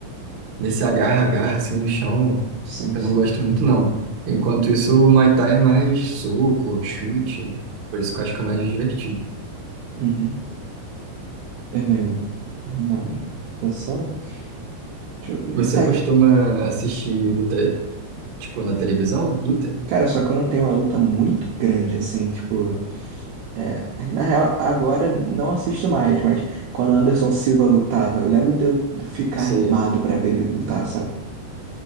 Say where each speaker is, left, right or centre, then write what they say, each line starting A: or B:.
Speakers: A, on the right (about 70°); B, on the right (about 85°).
A: nesse agarra-agarra assim no chão.
B: sim,
A: Eu
B: sim.
A: não gosto muito, não. Enquanto isso, o Muay Thai é mais soco, chute. Por isso que eu acho que é mais divertido.
B: Uhum. É, uma natação? Deixa eu ver.
A: Você
B: E tai-
A: costuma assistir luta, tipo, na televisão, luta?
B: Cara, só quando tem uma luta muito grande, assim, tipo. é, na real, agora não assisto mais, mas quando o Anderson Silva lutava, eu lembro de eu de ficar
A: Você...
B: animado pra ver ele lutar, sabe?